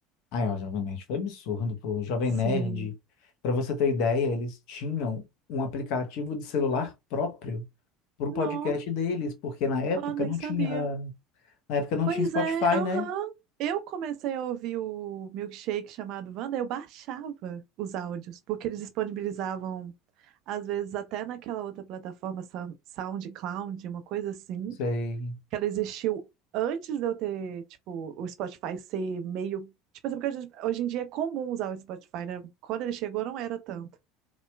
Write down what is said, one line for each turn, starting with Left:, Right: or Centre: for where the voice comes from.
Left: Ah, é, o Jovem Nerd foi absurdo, pô. O Jovem
Right: Sim.
Left: Nerd, para você ter ideia, eles tinham um aplicativo de celular próprio pro
Right: Não.
Left: podcast deles, porque na época
Right: ah, nem
Left: não
Right: sabia.
Left: tinha, na época não
Right: Pois
Left: tinha Spotify,
Right: é, aham.
Left: né?
Right: Eu comecei a ouvir o Milkshake chamado Wanda, eu baixava os áudios, porque eles disponibilizavam, às vezes, até naquela outra plataforma, Sa- SoundCloud, uma coisa assim,
Left: Sei.
Right: que ela existiu antes de eu ter, tipo, o Spotify ser meio. Tipo assim, porque hoje hoje em dia é comum usar o Spotify, né? Quando ele chegou, não era tanto.